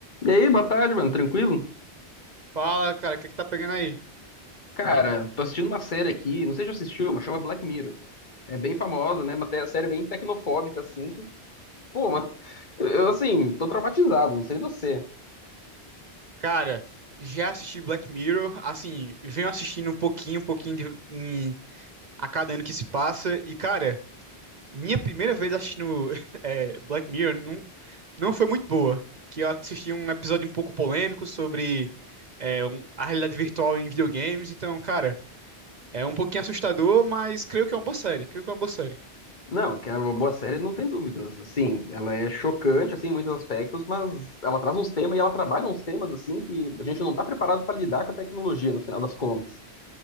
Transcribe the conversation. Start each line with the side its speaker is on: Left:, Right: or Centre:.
Left: E aí, boa tarde, mano. Tranquilo?
Right: Fala, cara, o que é que tá pegando aí?
Left: Cara, tô assistindo uma série aqui, não sei se já assistiu, mas chama Black Mirror. É bem famosa, né? Uma te- série bem tecnofóbica, assim, que, pô, mano, <laughs> eu, assim, tô traumatizado, não sei você.
Right: Cara, já assisti Black Mirror, assim, venho assistindo um pouquinho, um pouquinho de- em- a cada ano que se passa, e cara, minha primeira vez assistindo <laughs> é, Black Mirror não, não foi muito boa, que eu assisti um episódio um pouco polêmico sobre é, um- a realidade virtual em videogames, então, cara, é um pouquinho assustador, mas creio que é uma boa série, creio que é uma boa série.
Left: Não, que é uma boa série, não tem dúvidas. Assim, ela é chocante, assim, em muitos aspectos, mas ela traz uns temas e ela trabalha uns temas, assim, que a gente não tá preparado pra lidar com a tecnologia, no final das contas.